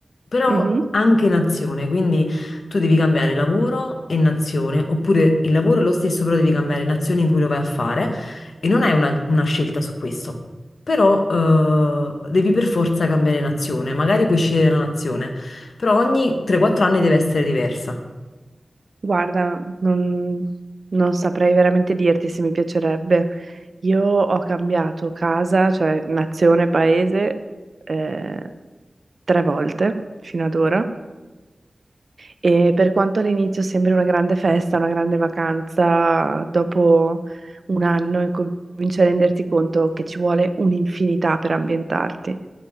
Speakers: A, on the left; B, on the right.
A: però
B: mhm.
A: anche nazione, quindi tu devi cambiare lavoro e nazione, oppure il lavoro è lo stesso, però devi cambiare nazione in cui lo vai a fare e non hai una una scelta su questo però eh, devi per forza cambiare nazione, magari puoi scegliere la nazione, però ogni 3-4 anni deve essere diversa.
B: Guarda, non, non saprei veramente dirti se mi piacerebbe. Io ho cambiato casa, cioè nazione, paese, eh, tre volte fino ad ora. E per quanto all'inizio sembri una grande festa, una grande vacanza, dopo un anno incominci a renderti conto che ci vuole un'infinità per ambientarti.